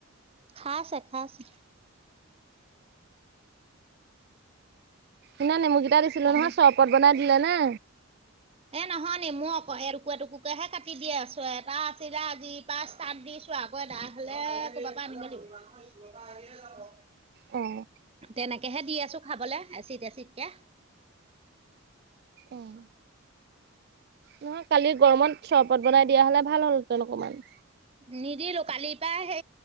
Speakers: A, on the right; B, on the right.
A: খাইছে, খাইছে।
B: ইমান নেমুকেইটা দিছিলোঁ
A: পানী
B: নহয় চৰপত বনাই দিলেনে?
A: এ, নহয় নেমু অক এদুখোৰ-এদুখোৰকেহে কাটি দিয়ে আছোঁ। এটা আছিলে আজিৰ পা তাত দিছোঁ আকৌ এ ডাঠ হ'লে কবাৰ পৰা আনিব লাগিবি।
B: অহ।
A: তেনেকেহে দি আছো খাবলৈ এচিড এচিডকে।
B: অহ। নহয় কালি গৰমত চৰবত বন দিয়া হ'লে ভাল হ'ল হেঁতেন অকণমান।
A: নিদিলো কালিৰ পৰা হে